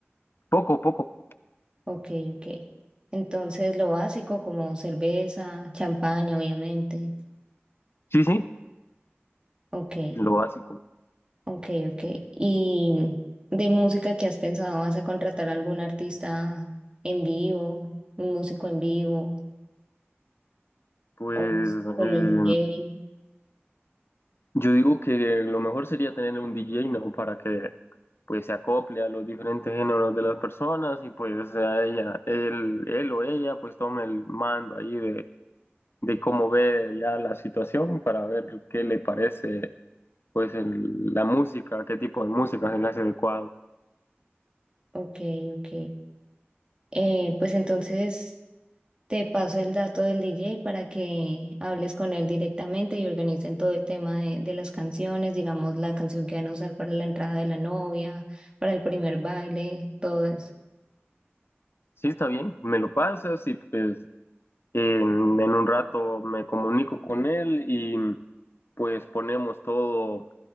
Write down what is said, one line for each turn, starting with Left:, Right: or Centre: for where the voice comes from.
Left: Poco, poco.
Right: Ok, ok. Entonces lo básico como cerveza, champaña, obviamente.
Left: Sí, sí,
Right: Ok,
Left: lo básico.
Right: ok, ok. ¿Y de música que has pensado? ¿Vas a contratar a algún artista en vivo, un músico en vivo,
Left: Pues
Right: o
Left: eh,
Right: solo el DJ?
Left: yo digo que lo mejor sería tener un DJ, ¿no? Para que pues se acople a los diferentes géneros de las personas y pues sea ella, él, él o ella pues tome el mando ahí de, de cómo ve ya la situación para ver qué le parece pues el- la música, qué tipo de música se le hace adecuado.
Right: Ok, ok. Eh, pues entonces... Te paso el dato del DJ para que hables con él directamente y organicen todo el tema de, de las canciones, digamos la canción que van a usar para la entrada de la novia, para el primer baile, todo eso.
Left: Sí, está bien, me lo pasas y pues en, en un rato me comunico con él y pues ponemos todo,